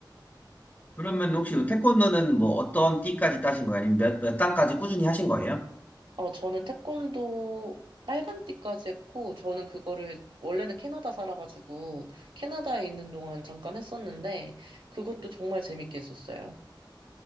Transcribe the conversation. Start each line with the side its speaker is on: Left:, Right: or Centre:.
Left: 그러면 혹시 태권도는 뭐 어떤 띠까지 따신 거예요? 아니면 몇, 몇 단까지 꾸준히 하신 거예요?
Right: 어, 저는 태권도 빨간띠까지 했고, 저는 그거를, 원래는 캐나다 살아가지고, 캐나다에 있는 동안 잠깐 했었는데, 그것도 정말 재밌게 했었어요.